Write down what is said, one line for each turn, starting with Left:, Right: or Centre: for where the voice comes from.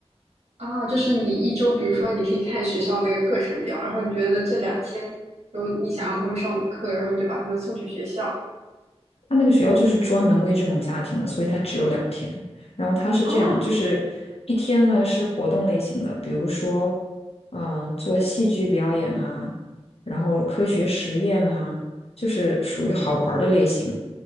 Right: 啊，就是你一周，比如说你可以看学校那个课程表，然后你觉得这两天有你想让他们上的课，然后你就把他们送去学校。
Left: 他那个学校就是专门为这种家庭的，所以它只有两天。然后它是这样，
Right: 哦，
Left: 就是一天呢是活动类型的，比如说，嗯呃，做戏剧表演啊，然后科学实验啊，就是属于好玩儿的类型。